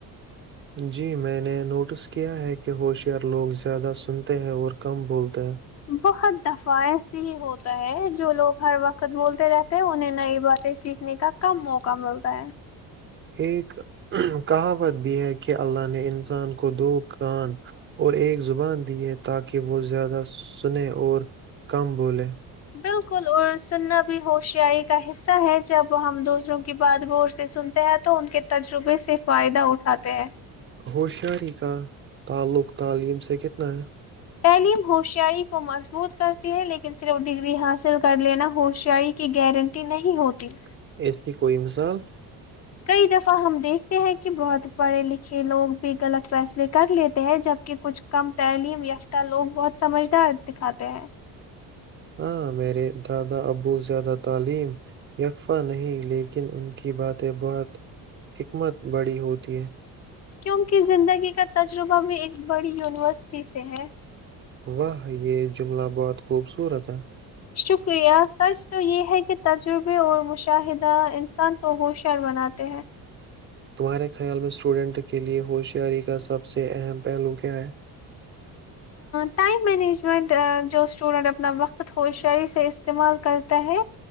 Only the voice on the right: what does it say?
جی میں نے نوٹس کیا ہے کہ ہوشیار لوگ زیادہ سنتے ہیں اور کم بولتے ہیں
ایک کہاوت بھی ہے کہ اللہ نے انسان کو دو کان اور ایک زبان دی ہے تاکہ وہ زیادہ سن اور کم بولے
ہوشیاری کا تعلق تعلیم سے کتنا ہے
ہے اس کی کوئی مثال
ہاں میرے دادا ابو زیادہ تعلیم یکفہ نہیں، لیکن ان کی باتیں بہت حکمت بڑی ہوتی ہیں
واہ یہ جملہ بہت خوبصورت ہے
تمہارے خیال میں اسٹوڈنٹ کے لیے ہوشیاری کا سب سے اہم پہلو کیا ہے